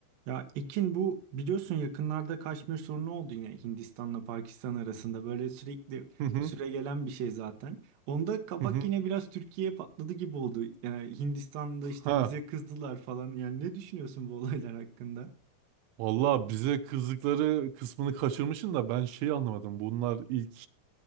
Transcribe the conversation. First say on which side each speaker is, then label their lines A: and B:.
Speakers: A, on the right; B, on the right.
A: Ya Ekin bu biliyorsun yakınlarda Kaşmir sorunu oldu yine Hindistan'la Pakistan arasında böyle sürekli
B: Hı hı
A: süre gelen bir şey zaten. Onda kabak
B: hı hı.
A: yine biraz Türkiye'ye patladı gibi oldu. Ee, Hindistan'da işte
B: Ha.
A: bize kızdılar falan. Yani ne düşünüyorsun bu olaylar hakkında?
B: Valla bize kızdıkları kısmını kaçırmışsın da ben şeyi anlamadım. Bunlar ilk